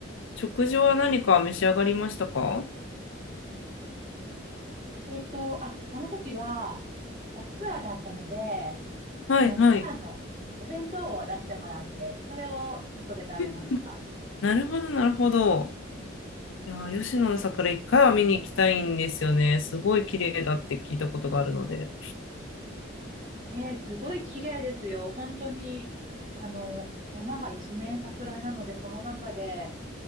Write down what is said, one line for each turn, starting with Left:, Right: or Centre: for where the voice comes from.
Left: 食事は何か召し上がりましたか
Right: えっと、あ、その時は、バスツアーだったので、
Left: はい、
Right: あの、
Left: はい。
Right: ツアーのお弁当を出してもらって、それを外で食べました。
Left: うんうんなるほど、なるほど。いやー、吉野の桜一回は見に行きたいんですよね。すごい綺麗だって聞いたことがあるので。
Right: えー、すごい綺麗ですよ。本当に、あの、山が一面桜なので、その中で、